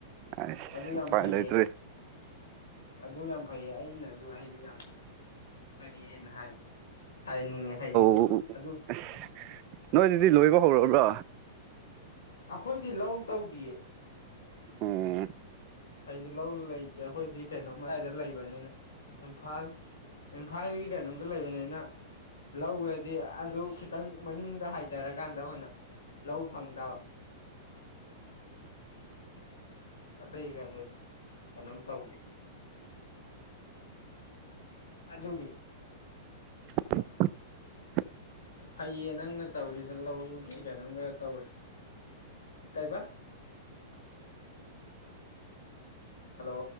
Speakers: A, on the right; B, on the left.
A: ꯑꯁ
B: ꯑꯗꯨ ꯌꯥꯝ
A: ꯎꯄꯥꯏ
B: ꯐꯩꯌꯦ
A: ꯂꯩꯇ꯭ꯔꯔꯤ
B: ꯑꯗꯨ ꯌꯥꯝ ꯐꯩꯌꯦ ꯑꯩꯅꯁꯨ ꯑꯩꯗꯤ ꯌꯥꯝꯅ ꯐꯩꯌꯦꯅ ꯍꯥꯏ ꯍꯥꯏꯅꯤꯡꯉꯦ ꯍꯥꯏꯗꯤ
A: ꯑꯣ
B: ꯑꯗꯨ
A: ꯑꯁ ꯅꯣꯏꯗꯨꯗꯤ ꯂꯣꯏꯕ ꯍꯧꯔꯔꯕ꯭ꯔꯣ
B: ꯑꯩꯈꯣꯏꯗꯤ ꯂꯧ ꯇꯧꯗꯌꯦ
A: ꯎꯝ
B: ꯍꯥꯏꯗꯤ ꯂꯧ ꯂꯩꯇꯦ ꯑꯩꯈꯣꯏꯗꯤ ꯀꯩꯅꯣ ꯃꯔꯥꯏꯗ ꯂꯩꯕꯅꯤꯅ ꯏꯝꯐꯥꯜ ꯏꯝꯐꯥꯜꯒꯤ ꯀꯩꯅꯣꯝꯇ ꯂꯩꯕꯅꯤꯅ ꯂꯧꯔꯗꯤ ꯑꯗꯨ ꯈꯤꯇꯪ ꯃꯅꯤꯡꯗ ꯍꯥꯏꯊꯔꯀꯥꯟꯗ ꯑꯩꯈꯣꯏꯅ ꯂꯧ ꯐꯪꯗꯕ
A: <inaudible>
B: ꯑꯇꯩ ꯀꯩꯅꯗ ꯀꯩꯅꯣꯝ ꯇꯧꯗꯦ ꯑꯗꯨꯒꯤ
A: <unintelligible>
B: ꯐꯩꯌꯦ ꯅꯪꯅ ꯇꯧꯔꯤꯁꯦ ꯂꯧꯒꯤ ꯀꯩꯅꯣꯝꯒ ꯇꯧꯔꯦ ꯀꯥꯏꯕꯥ ꯍꯜꯂꯣ